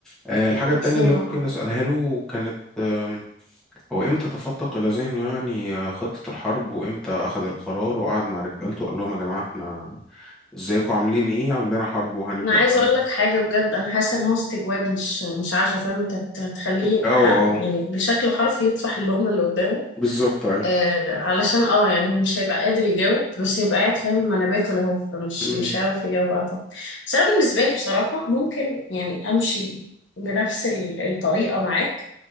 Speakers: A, in the centre; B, on the left.
A: آه، الحاجة التانية
B: مفهومة
A: اللي ممكن
B: اه
A: أسألها له كانت آم، هو إمتى تفتق إلى ذهنه يعني آه، خطة الحرب وإمتى أخذ القرار وقعد مع رجالته وقال لهم يا جماعة احنا ازيكم عاملين إيه عندنا حرب وهنبدأ
B: انا عايزة
A: بقى
B: اقول لك حاجة بجد انا حاسة ان هو استجواب مش مش عشا فاهم انت ت- تخليه
A: اه اه
B: ح- يعني بالشكل حرفي يطفح اللقمة اللي قدامه
A: بالظبط ايوه
B: آه علشان اه يعني هو مش هيبقى قادر يجاوب بس هيبقى قاعد فاهم ما انا باكل اهو فمش
A: مم.
B: مش هيعرف يجاوب اعتقد بس انا بالنسبه لي بصراحه ممكن يعني امشي بنفس ال- الطريقه معاك